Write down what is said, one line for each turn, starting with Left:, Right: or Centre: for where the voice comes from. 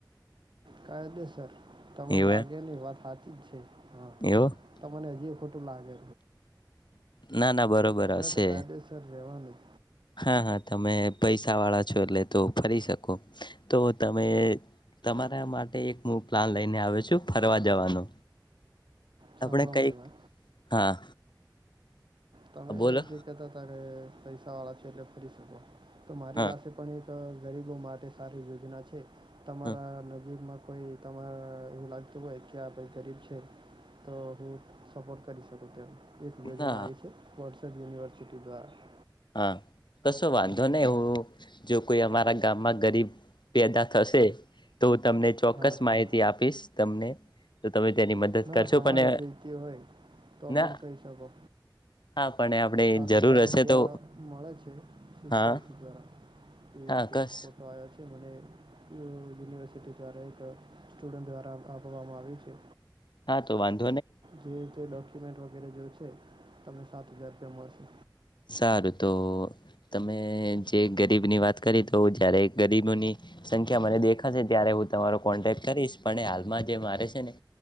Right: કાય દે સર તમને
Left: એવું
Right: લાગે ની વાત સાાચ જ છે હા
Left: એવું
Right: તને હજી. ખોટું લાગે
Left: ના ના બરોબર
Right: આપડે
Left: હશે
Right: તો કાયદેસર રેવાનું.
Left: હા હા તમે પૈસા વાળા છો એટલે તો ફરી શકો તો તમે. તમારા માટે એક હું પ્લાન લઈને આવ્યો છું ફરવા જવાનો.
Right: સાંભળો
Left: આપણે કઈક
Right: મારી વાત
Left: હા.
Right: તમે
Left: બોલો
Right: જે કતા હતા કે પૈસા વાળા છે એટલે ફરી શકો તો મારી
Left: હા
Right: પાસે પણ એક ગરીબો માટે સારી યોજના છે તમારા
Left: હા
Right: નજીકમાં. કોઈ તમારે એવું લાગતું હોય કે આઈ ગરીબ છે. તો હું સપોટ કરી શકું તેમ એક યોજના
Left: ના
Right: આવી છે વોટ્સએપ યુનિવર્સિટી દ્વારા.
Left: હા કશો વાંધો નહી હું જો કોઈ અમારા ગામમાં ગરીબ. પેદા થશે તો હું તમને ચોક્કસ
Right: હા
Left: માહિતી
Right: હા
Left: આપીશ તમને. તો તમે તેની મદદ
Right: ના
Left: કરશો
Right: ના તમારે
Left: પણ
Right: જોઈતી હોય તો
Left: ના
Right: પણ કહી શકો
Left: હા પણ આપણે
Right: સાત
Left: જરૂર
Right: હજાર
Left: હશે
Right: રૂપિયા
Left: તો.
Right: મળે છે શિક્ષાવૃતિ
Left: હા
Right: દ્વારા એતે
Left: હા કસ
Right: ફોટો આવ્યા છે મને યુનિવર્સિટી દ્વારા એક સ્ટુડન્ટ દ્વારા આપવામાં આવ્યું છે.
Left: હા તો વાંધ.
Right: જે તે ડોક્યુમેન્ટ વગેરે જો છે તમને સાત હજાર રૂપિયા મળશે.
Left: સારું તો. તમે જે ગરીબની વાત કરી તો જયારે ગરીબોની સંખ્યા મને દેખાશે ત્યારે. હું તમારો કોન્ટેક કરીશ પણ હાલમાં જે મારે છે ને